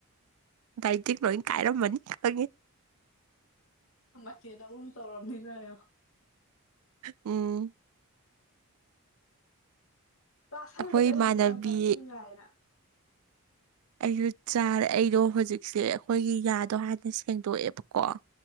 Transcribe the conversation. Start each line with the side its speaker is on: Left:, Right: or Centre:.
Right: ꯗꯥꯏꯇꯛ ꯂꯣꯏ ꯀꯥꯏꯔꯝꯃꯅꯤ ꯈꯪꯉꯦ
Left: ꯃꯦꯅ ꯑꯗꯨꯝ ꯇꯧꯔꯝꯃꯤꯅꯣ
Right: ꯎꯝ
Left: ꯇꯥꯁꯜꯂꯦꯗ
Right: ꯑꯩꯈꯣꯏ ꯏꯃꯥꯟꯅꯕꯤ
Left: ꯑꯩ ꯍꯧꯖꯤꯛꯀꯥꯟ ꯇꯥꯏꯀꯤꯒ ꯍꯥꯏꯅ
Right: ꯑꯩꯁꯨ ꯆꯥꯔꯦ ꯑꯩꯗꯣ ꯍꯧꯖꯤꯛꯁꯦ ꯑꯩꯈꯣꯏꯒꯤ ꯌꯥꯗꯣ ꯍꯥꯟꯅ ꯁꯦꯡꯗꯣꯛꯑꯦꯕꯀꯣ